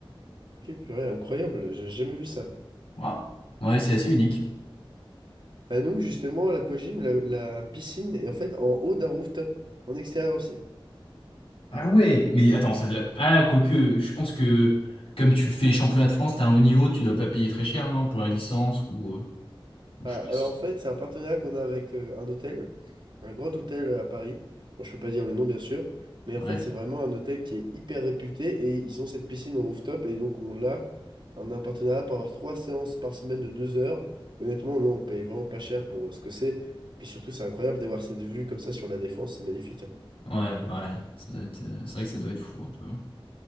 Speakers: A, on the right (about 55°); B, on the left (about 80°).
A: Ok, purée, incroyable, j'ai jamais vu ça.
B: Voilà. Ouais, c'est assez unique.
A: À nous, justement, à l'aquagym, la, la piscine est en fait en haut d'un rooftop, en extérieur aussi.
B: Ah ouais, mais attends, ça doit... Ah, quoique, je pense que comme tu fais championnat de France, t'as un haut niveau, tu dois pas payer très cher, non, pour la licence ou, euh, ou
A: Ah,
B: je sais pas.
A: Alors
B: si-
A: en fait, c'est un partenariat qu'on a avec euh, un hôtel, un grand hôtel euh, à Paris. Bon, je peux pas dire le nom, bien sûr, mais
B: Ouais,
A: en fait, c'est vraiment un hôtel qui est hyper réputé et ils ont cette piscine au rooftop et donc on l'a, on a un partenariat pour avoir trois séances par semaine de deux heures. Et honnêtement, nous, on paye vraiment pas cher pour euh, ce que c'est. Puis surtout, c'est incroyable d'avoir cette vue comme ça sur la Défense, c'est magnifique. hein.
B: ouais, ouais, ça doit être, euh, c'est vrai que ça doit être fou un peu. hein.